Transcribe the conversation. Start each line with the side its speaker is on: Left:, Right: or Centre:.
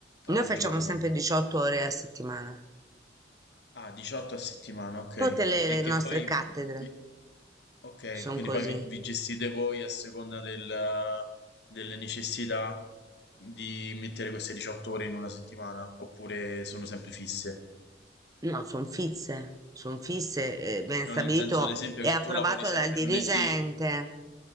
Left: al
Right: Noi facciamo
Left: giorno?
Right: sempre 18 ore a settimana,
Left: Ah, 18 a settimana, ok.
Right: tutte le
Left: E
Right: le
Left: che
Right: nostre
Left: poi,
Right: cattedre.
Left: vi- ok,
Right: Son
Left: quindi
Right: così.
Left: poi vi, vi gestite voi a seconda del- delle necessità di mettere queste 18 ore in una settimana, oppure sono sempre fisse?
Right: No, sono fisse, sono fisse, eh, ben
Left: No,
Right: stabilito
Left: nel senso, ad esempio,
Right: e
Left: che
Right: approvato
Left: tu lavori sempre
Right: dal dirigente.
Left: lunedì,